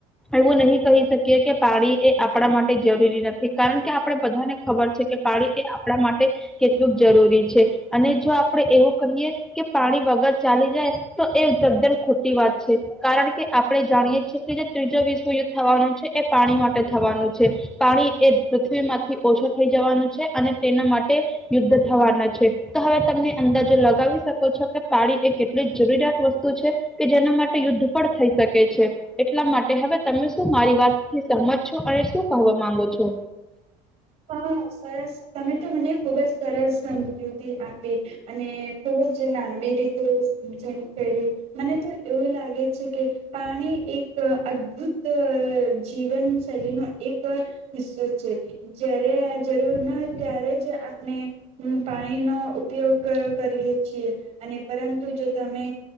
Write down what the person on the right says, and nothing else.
હા સરસ તમે તો મને ખુબ જ સરસ સમજૂતી આપી અને ખુબ જ લાંબી રીતે જેમ કરી મને તો એવું લાગે છે કે પાણી એક અદ્ભુત જીવન શૈલીનો એક હિસ્સો છે. જયારે આ જરૂર ના ત્યારે જ આપણે પાણીનો ઉપયોગ ક ક કરીએ છીએ અને પરંતુ જો તમે